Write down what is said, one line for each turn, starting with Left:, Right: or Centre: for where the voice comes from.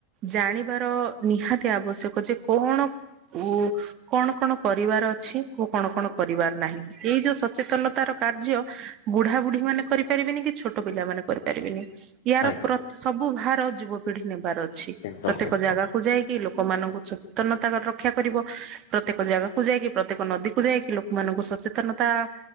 Right: ଜାଣିବାର। ନିହାତି ଆବଶ୍ୟକ ଯେ କଣ ଉ କଣ କଣ? କରିବାର ଅଛି ଓ କଣ କଣ କରିବାର ନାହିଁ। ଏଇ ଯୋଉ ସଚେତନ- ତାର କାର୍ଯ୍ୟ ବୁଢା ବୁଢୀ ମାନେ କରିପାରିବେନି କି ଛୋଟ ପିଲା ମାନେ କରିପାରିବେନି। ଏହାର-
Left: ଆଜ୍ଞା
Right: ସବୁ ଭାର ଯୁବପିଢି ନେବାର ଅଛି
Left: ଏକଦମ୍
Right: ପ୍ରତ୍ୟେକ
Left: ଏକଦମ୍
Right: ଜାଗା। ଯାଇକି ଲୋକମାନଙ୍କୁ ସଚେତନତା ରକ୍ଷା କରିବ। ପ୍ରତ୍ୟେକ ଜାଗାକୁ ଯାଇକି ପ୍ରତ୍ୟେକ ନଦୀକୁୁ ଯାଇକି ଲୋକମାନଙ୍କୁ ସଚେତନତା-